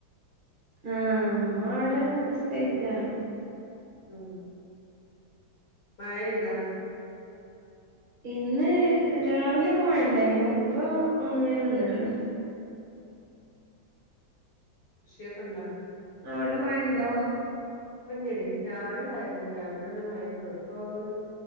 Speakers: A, on the right; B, on the left.
A: ആ ഉമ്മ ആടെസ്കരിക്ക
B: മം മഴയ്താ
A: ഇന്ന് രാവിലെ ഒക്കെ മഴണ്ടായിനു ഇപ്പോ ഒന്ന് ങ്ങനെ നിന്ന്ക്ണ്
B: കൃഷിയൊക്കെ ഇണ്ടാ
A: അവട മഴ ണ്ടോ
B: പ്പില്ലടി രാവിലെ ഇണ്ടായിരുന്നു രാവിലെ നല്ല മഴ പെയ്തു. ഇപ്പോരു